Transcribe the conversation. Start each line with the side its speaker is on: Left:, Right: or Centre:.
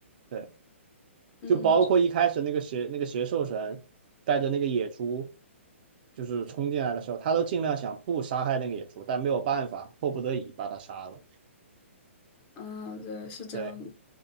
Right: 对。
Left: 嗯，
Right: 就包括一开始那个邪那个邪兽神带着那个野猪，
Left: 就
Right: 就是冲进来的时候，他都尽量想不杀害那个野猪，但没有办法，迫不得已把他杀了。
Left: 啊，对，是这样的，
Right: 对，